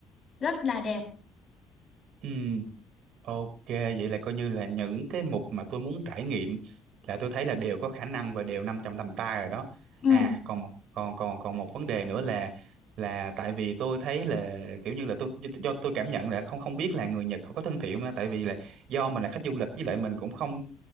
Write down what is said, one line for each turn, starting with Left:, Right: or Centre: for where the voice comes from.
Left: rất là đẹp.
Right: Ừ. Ok, vậy là coi như là những cái mục mà tôi muốn trải nghiệm là tôi thấy là đều có khả năng và đều nằm trong tầm tay rồi đó.
Left: Ừ,
Right: À, còn một còn còn còn một vấn đề nữa là là tại vì tôi thấy là kiểu như là tôi do tôi cảm nhận là không không biết là người Nhật họ có thân thiện không á, tại vì là do mình là khách du lịch với lại mình cũng không